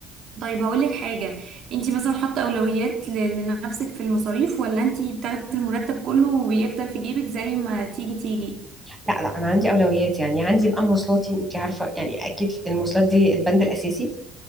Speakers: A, on the right (about 55°); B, in the centre.
A: طيب هقول لك حاجة انتي مثلا حاطة أولويات ل- لنفسك في المصاريف ولا انتي بتاخدي المرتب كله وبيفضل في جيبك زي ما تيجي تيجي
B: لا لا انا عندي اولويات يعني عندي بقى مواصلاتي انت عارفه يعني اكيد المواصلات دي البند الاساسي